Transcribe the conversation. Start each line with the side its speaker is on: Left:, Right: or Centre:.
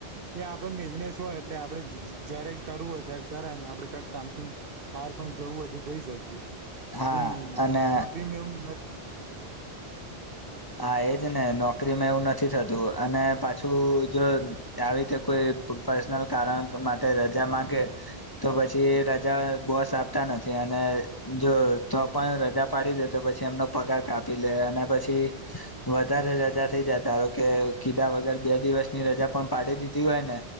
Right: એ આપડો બિઝનેસ હોય, એટલે આપડે જયારે કરવું હોય, ત્યારે કરાય ને આપડે કઈક કામ, થી મારે પણ જવું હોય, તો જઈ શકીએ
Left: હા
Right: એ
Left: અને
Right: નોકરીમાં, એમ ન
Left: હા, એ ને નોકરીમાં એવું નથી, થતું અને પાછું જો આવી રીતે કોઈ પર્સનલ કારણ માટે રજા માંગે, તો પછી એ રજા બોસ આપતા નથી, અને જો ત પણ રજા પાડી દે, તો પછી એમનો પગાર કા ી અને પછી વધારે રજા થઈ, જતાારો કે કીધા વગર બે દિવસની રજા પણ પાડી દીધી હોય, ને